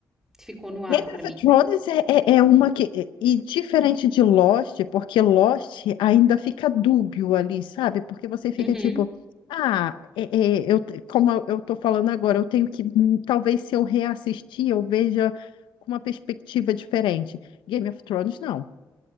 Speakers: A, in the centre; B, on the left.
A: Ficou no ar
B: Game
A: pra mim.
B: of Thrones é, é, é uma que. é- E diferente de Lost, porque Lost ainda fica dúbio ali, sabe? Porque você fica
A: Uhum.
B: tipo, ah, é- é, eu, te- como eu eu tô falando agora, eu tenho que. hum, Talvez se eu reassistir, eu veja com uma perspectiva diferente. Game of Thrones, não.